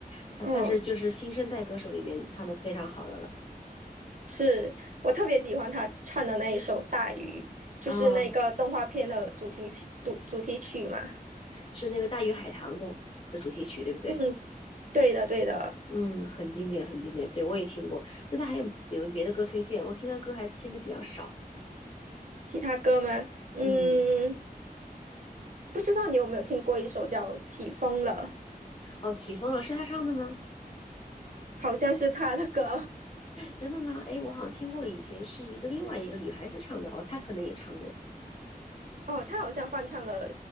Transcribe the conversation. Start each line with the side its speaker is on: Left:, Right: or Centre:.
Left: 他算是就是新生代歌手里面唱的非常好的了
Right: 嗯，是我特别喜欢他唱的那一首《大鱼》，就是那个动画片的主题曲主主题曲嘛。
Left: 啊，是那个《大鱼海棠》的的主题曲，对不对？
Right: 嗯，对的，对的。
Left: 嗯，很经典，很经典，对我也听过。那他还有有没有别的歌推荐？我听他歌还听的比较少，
Right: 其他歌吗？嗯，
Left: 嗯。
Right: 不知道你有没有听过一首叫《起风了》，
Left: 哦，起风了，是她唱的吗？
Right: 好像是他的歌。
Left: 真的吗？哎，我好像听过，以前是一个另外一个女孩子唱的，哦，她可能也唱过。
Right: 哦，他好像翻唱了